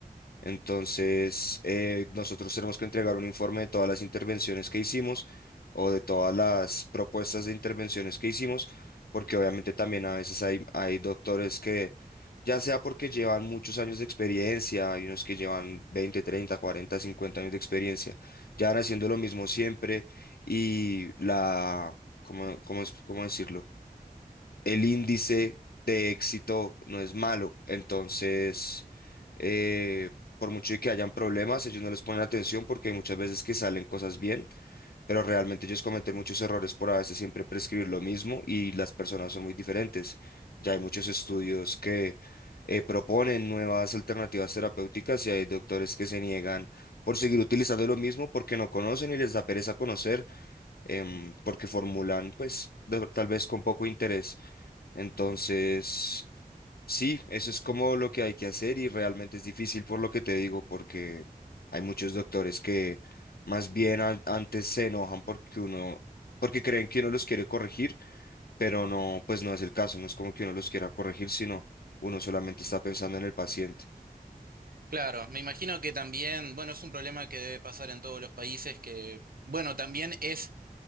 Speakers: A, on the left; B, on the right.
A: Entonces, eh, nosotros tenemos que entregar un informe de todas las intervenciones que hicimos o de todas las propuestas de intervenciones que hicimos, porque obviamente también a veces hay, hay doctores que, ya sea porque llevan muchos años de experiencia, hay unos que llevan 20, 30, 40, 50 años de experiencia, ya van haciendo lo mismo siempre y la, ¿cómo, cómo es, cómo decirlo? el índice de éxito no es malo. Entonces, eh, por mucho y que hayan problemas, ellos no les ponen atención porque hay muchas veces que salen cosas bien, pero realmente ellos cometen muchos errores por a veces siempre prescribir lo mismo y las personas son muy diferentes. Ya hay muchos estudios que... eh, proponen nuevas alternativas terapéuticas y hay doctores que se niegan por seguir utilizando lo mismo porque no conocen y les da pereza conocer, em, porque formulan pues de- tal vez con poco interés entonces, sí, eso es como lo que hay que hacer y realmente es difícil por lo que te digo, porque hay muchos doctores que más bien an- antes se enojan porque uno, porque creen que uno los quiere corregir, pero no, pues no es el caso, no es como que uno los quiera corregir, sino uno solamente está pensando en el paciente.
B: Claro, me imagino que también, bueno, es un problema que debe pasar en todos los países que, bueno, también es,